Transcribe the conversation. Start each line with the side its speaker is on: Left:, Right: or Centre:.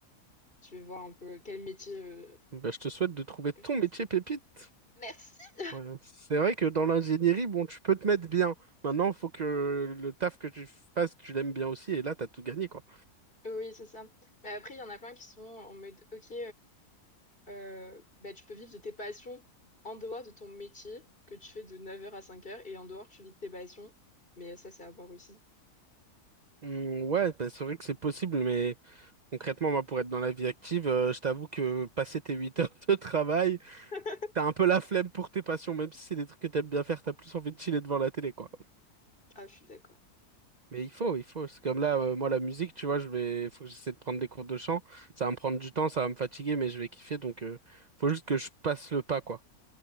Left: je vais voir un peu quel métier euh,
Right: Ben, je te souhaite de trouver
Left: dans quel
Right: ton
Left: chose.
Right: métier pépite.
Left: Merci.
Right: Ouais. C'est vrai que dans l'ingénierie, bon, tu peux te mettre bien. Maintenant, il faut que le taf que tu fasses, tu l'aimes bien aussi et là, t'as tout gagné, quoi.
Left: Oui, c'est ça. Mais après, il y en a plein qui sont en mode, ok. euh, bah, tu peux vivre de tes passions en dehors de ton métier que tu fais de 9h à 5h et en dehors tu vis de tes passions. Mais ça, c'est à voir aussi.
Right: Hum, ouais, ben, c'est vrai que c'est possible, mais concrètement, moi, pour être dans la vie active, euh, je t'avoue que passer tes 8 <laughs> heures de travail,
Left: <laughs>
Right: t'as un peu la flemme pour tes passions, même si c'est des trucs que t'aimes bien faire, t'as plus envie de chiller devant la télé, quoi.
Left: Ah, je suis d'accord.
Right: Mais il faut, il faut. C'est comme là, euh, moi, la musique, tu vois, je vais, il faut que j'essaie de prendre des cours de chant. Ça va me prendre du temps, ça va me fatiguer, mais je vais kiffer. Donc, euh, faut juste que je passe le pas, quoi.